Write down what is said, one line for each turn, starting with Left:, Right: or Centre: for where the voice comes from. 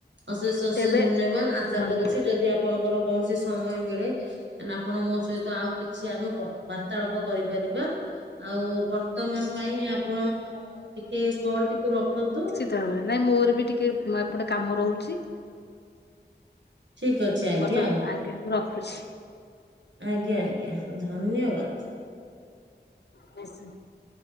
Right: ଅଶେଷ ଅଶେଷ
Left: ଏବେ
Right: ଧନ୍ୟବାଦ ଆଶା
Left: ଧନ୍ୟବାଦ।
Right: କରୁଛି ଯଦି ଆପଣଙ୍କର କୌଣସି ସମୟ ମିଳେ ତାଲେ ଆପଣ ମୋ ସହିତ ଆଉ କିଛି ଆମେ ବାର୍ତାଳାପ କରିପାରିବା। ଆଉ ବର୍ତ୍ତମାନ ପାଇଁ ଆପଣ ଟିକେ କଲଟିକୁ ରଖନ୍ତୁ।
Left: ତା ପରେ ନାଇଁ ମୋର ବି ଟିକେ ଏପଟେ କାମ ରହୁଛି।
Right: ଠିକ୍ ଅ ଚି ଆଜ୍ଞା
Left: ବର୍ତ୍ତମାନ
Right: ଆଉ
Left: ଆଜ୍ଞା ମୁଁ ରଖୁଛି।
Right: ଆଜ୍ଞା ଆଜ୍ଞା ଧନ୍ୟବାଦ।
Left: ବେଶ୍।